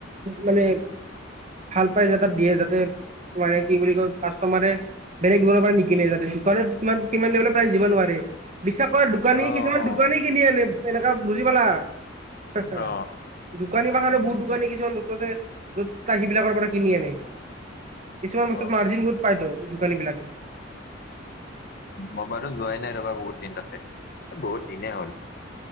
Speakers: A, on the right; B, on the left.
A: মানে ভাল পাইজে তাত দিয়ে যাতে মানে কি বুলি কয় কাষ্টমাৰে বেলেগ দোকানৰ পৰা নিকিলে যাতে দোকানত কিমান কিমান লবেলত প্ৰাইজ দিব নোৱাৰে বিশ্বাস কৰা দোকানী
B: অ
A: কিছুমান
B: অ
A: দোকানী কিনি আনে এনেককা বুজি পালা। <unintelligible>
B: অ
A: দোকানী বাখানৰ
B: উম
A: বহুত দোকানী কিছুমান বস্তু আছে। য'ত চাহি বিলাকৰ পৰা কিনি আনে, কিছুমান বস্তুত
B: অ
A: মাৰ্জিন বহুত পাই তো দোকানী বিলাকে।
B: মই বাৰো যোৱাই নাই ৰবা বহুত দিন তাতে বহুত দিনে হ'ল।